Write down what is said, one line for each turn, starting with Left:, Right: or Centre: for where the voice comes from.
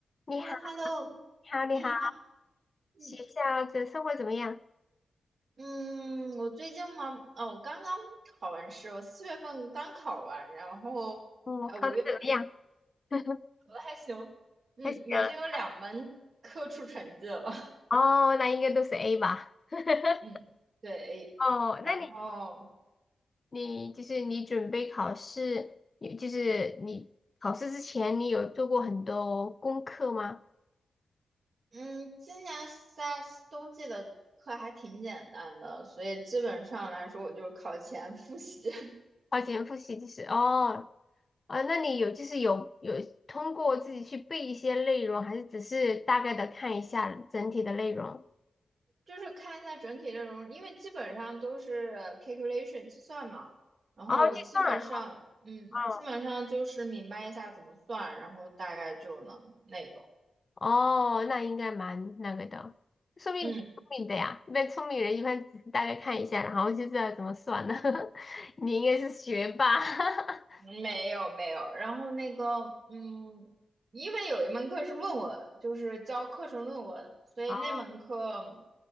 Left: 你好，
Right: h e l l o h e l l o
Left: 你好，你好，
Right: 你好。嗯，
Left: 学校的生活怎么样？
Right: 嗯，我最近嘛，哦，我刚刚考完试，我四月份刚考完，然后呃，
Left: 我、考的怎么样？
Right: 五月份就
Left: <laughs>
Right: 考的还行。嗯，
Left: 还行啊
Right: 已经有两门科出成绩了。<laughs>
Left: 哦，那应该都是 A 吧。<laughs>
Right: 嗯，对，
Left: 哦，
Right: 然后
Left: 那你你就是你准备考试，你就是你考试之前，你有做过很多功课吗？
Right: 嗯，今年在冬季的课还挺简单的，所以基本上来说，我就考前复习。<laughs>
Left: 花钱复习就是哦啊，那你有就是有有通过自己去背一些内容，还是只是大概的看一下整体的内容？
Right: 就是看一下整体内容，因为基本上都是呃 calculation 计算嘛，然后我基本上，
Left: 哦，计算了，
Right: 嗯，
Left: 哦
Right: 基本上就是明白一下怎么算，然后大概就能那个，
Left: 哦，那应该蛮那个的，说明你挺聪明的呀。
Right: 嗯。
Left: 一般聪明人一般只是大概看一下，然后就知道怎么算了。<laughs> 你应该是学霸。<laughs>
Right: 没有没有，然后那个，嗯，因为有一门课是论文，就是教课程论文，所以那门课
Left: 哦